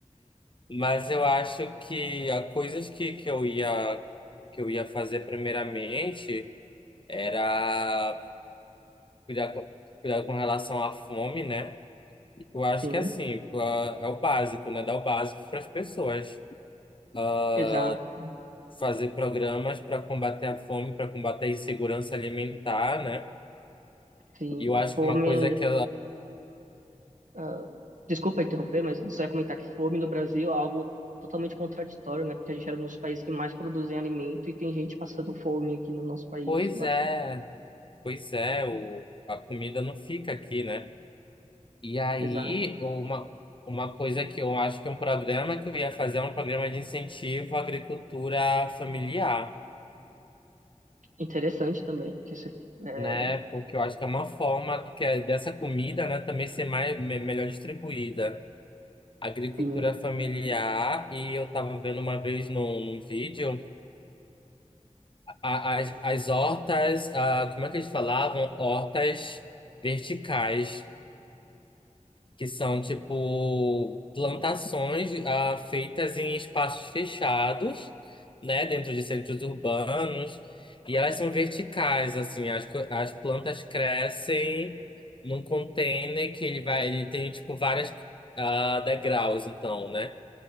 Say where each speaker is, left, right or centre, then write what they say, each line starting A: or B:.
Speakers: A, on the left (about 40°); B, on the right (about 80°).
A: Mas eu acho que há coisas que, que eu ia que eu ia fazer primeiramente era cuidar com, cuidar com relação à fome, né? Eu acho
B: Sim,
A: que assim, pô, é o básico, né? Dar o básico para as pessoas. Ah,
B: exato.
A: fazer programas para combater a fome, para combater a insegurança alimentar, né?
B: Sim,
A: E eu acho
B: fome
A: que uma coisa que,
B: ah, desculpa interromper, mas só ia comentar que fome no Brasil é algo totalmente contraditório, né? Porque a gente é um dos países que mais produzem alimento e tem gente passando fome aqui no nosso país,
A: Pois
B: eu acho.
A: é, pois é, o, a comida não fica aqui, né? E aí,
B: Exato.
A: uma, uma coisa que eu acho que é um programa que eu ia fazer é um programa de incentivo à agricultura familiar,
B: Interessante também, que esse, é,
A: né? Porque eu acho que é uma forma que é dessa comida, né, também ser mais, me- melhor distribuída. Agricultura
B: enfim,
A: familiar, e eu tava vendo uma vez num, num vídeo a- as, as hortas, ah, como é que eles falavam? Hortas verticais. que são tipo plantações ah, feitas em espaços fechados, né, dentro de centros urbanos, e elas são verticais, assim, as, co- as plantas crescem num container que ele vai, ele tem tipo várias ah, degraus, então, né?